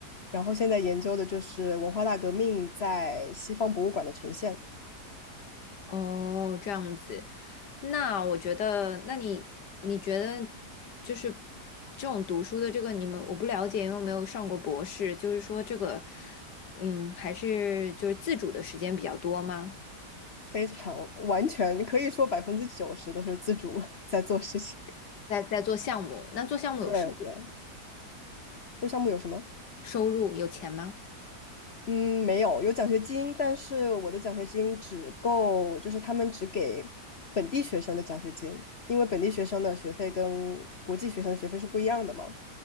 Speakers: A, on the left; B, on the left.
A: 然后现在研究的就是文化大革命在西方博物馆的呈现，
B: 哦，这样子，那我觉得，那你你觉得就是这种读书的这个，你们我不了解，因为没有上过博士，就是说这个，嗯，还是就是自主的时间比较多吗？
A: 非常完全可以说百分之九十都是自主 <laughs> 在做事情。
B: 在在做项目，那做项目有收
A: 对对，做项目有什么？
B: 收入有钱吗？
A: 嗯，没有，有奖学金，但是我的奖学金只够，就是他们只给本地学生的奖学金，因为本地学生的学费跟国际学生的学费是不一样的嘛，